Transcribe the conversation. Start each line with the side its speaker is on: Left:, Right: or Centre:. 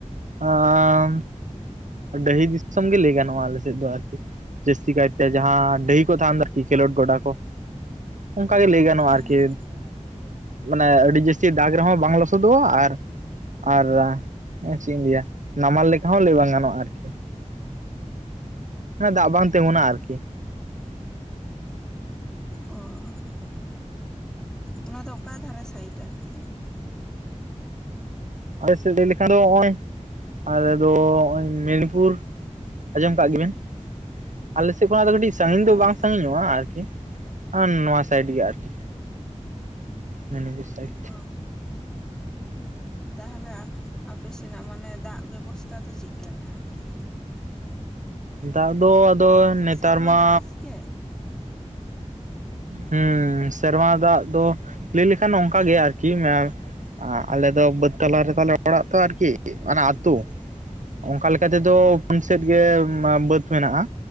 Right: ᱟᱸᱻ᱾ ᱰᱟᱹᱦᱤ ᱫᱤᱥᱚᱢ ᱜᱮ ᱞᱟᱹᱭ ᱜᱟᱱᱚᱜᱼᱟ ᱟᱞᱮ ᱥᱮᱫ ᱫᱚ ᱟᱨᱠᱤ᱾ ᱡᱟᱹᱥᱛᱤ ᱠᱟᱭᱛᱮ ᱡᱟᱦᱟᱸ ᱰᱟᱹᱦᱤ ᱠᱚ ᱛᱟᱦᱮᱱ ᱫᱚ ᱟᱨᱠᱤ ᱠᱷᱮᱞᱳᱰ ᱜᱚᱰᱟ ᱠᱚ᱾ ᱚᱱᱠᱟ ᱜᱮ ᱞᱟᱹᱭ ᱜᱟᱱᱚᱜᱼᱟ
Centre: ᱦᱮᱸ
Right: ᱟᱨᱠᱤ
Centre: ᱦᱮᱸ
Right: ᱢᱟᱱᱮ ᱟᱹᱰᱤ ᱡᱟᱹᱥᱛᱤ ᱫᱟᱜ ᱨᱮᱦᱚᱸ ᱵᱟᱝ ᱞᱚᱥᱚᱫᱚᱜᱼᱟ ᱟᱨ ᱟᱨ ᱪᱤᱧ ᱞᱟᱹᱭᱟ ᱱᱟᱢᱟᱞ ᱞᱮᱠᱟ ᱦᱚᱸ ᱞᱟᱹᱭ ᱵᱟᱝ ᱜᱟᱱᱚᱜᱼᱟ ᱟᱨᱠᱤ ᱦᱮᱸ ᱫᱟᱜ ᱵᱟᱝ ᱛᱤᱸᱜᱩᱱᱟ ᱟᱨᱠᱤ᱾
Centre: ᱚᱦ ᱚᱱᱟ ᱫᱚ ᱚᱠᱟ ᱫᱷᱟᱨᱮ ᱥᱟᱭᱤᱴ ᱟᱨᱠᱤ?
Right: ᱟᱞᱮ ᱥᱮᱫ ᱞᱟᱹᱭ ᱞᱮᱠᱷᱟᱱ ᱫᱚ ᱚᱸᱭ ᱟᱞᱮ ᱫᱚ ᱚᱸᱭ ᱢᱮᱫᱱᱤᱯᱩᱨ᱾ ᱟᱸᱡᱚᱢ ᱠᱟᱜ ᱜᱮᱵᱤᱱ, ᱟᱞᱮ ᱥᱮᱫ ᱠᱷᱚᱱᱟᱜ ᱫᱚ ᱠᱟᱹᱴᱤᱡᱽ ᱥᱟᱺᱜᱤᱧ
Centre: ᱦᱮᱸ
Right: ᱫᱚ ᱵᱟᱝ
Centre: ᱦᱮᱸ
Right: ᱥᱟᱺᱜᱤᱧᱚᱜᱼᱟ ᱟᱨᱠᱤ᱾ ᱟᱨ ᱱᱚᱣᱟ ᱥᱟᱭᱤᱰ ᱜᱤ ᱟᱨᱠᱤ ᱢᱮᱱᱤᱯᱩᱨ ᱥᱟᱭᱤᱴ᱾
Centre: ᱚ ᱛᱟᱦᱚᱞᱮ ᱟ ᱟᱯᱮ ᱥᱮᱱᱟᱜ ᱢᱟᱱᱮ ᱫᱟᱜᱽ ᱵᱮᱵᱚᱥᱛᱟ ᱫᱚ ᱪᱤᱫ ᱠᱟᱱᱟ ᱟᱨᱠᱤ?
Right: ᱫᱟᱜᱽ ᱫᱚ ᱟᱫᱚ ᱱᱮᱛᱟᱨ
Centre: ᱥᱮᱨᱢᱟ
Right: ᱢᱟ
Centre: ᱫᱟᱜ ᱟᱥᱜᱮ
Right: ᱦᱩᱸ ᱥᱮᱨᱢᱟ ᱫᱟᱜᱽ ᱫᱚ ᱞᱟᱹᱭ ᱞᱮᱠᱷᱟᱱ ᱚᱱᱠᱟ ᱜᱤ ᱟᱨᱠᱤ ᱢᱮ ᱟᱞᱮ ᱫᱚ ᱵᱟᱹᱫᱽ ᱛᱟᱞᱟ ᱨᱮ ᱛᱟᱞᱮ ᱚᱲᱟᱜ ᱛᱚ ᱟᱨᱠᱤ ᱚᱱᱟ ᱟᱹᱛᱩ ᱚᱱᱠᱟ ᱞᱮᱠᱟ ᱛᱮᱫᱚ ᱯᱩᱱ ᱥᱮᱫ ᱜᱮ ᱵᱟᱹᱛ ᱢᱮᱱᱟᱜᱼᱟ᱾